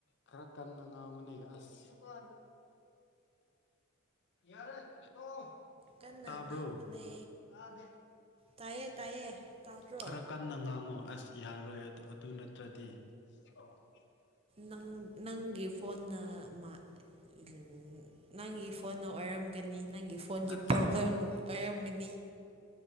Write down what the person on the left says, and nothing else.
ꯈꯔ ꯀꯟꯅ ꯉꯥꯡꯉꯨꯅꯤ ꯑꯁ ꯌꯥꯔꯦ ꯆꯣ
ꯇꯥꯕ꯭ꯔꯣ
ꯇꯥꯗꯣ
ꯈꯔ ꯀꯟ ꯀꯟꯅ ꯉꯥꯡꯉꯣ ꯑꯁ ꯌꯥꯔꯣꯏ ꯑꯗꯨ ꯅꯠꯇ꯭ꯔꯗꯤ <inaudible>
ꯅꯠꯇꯦ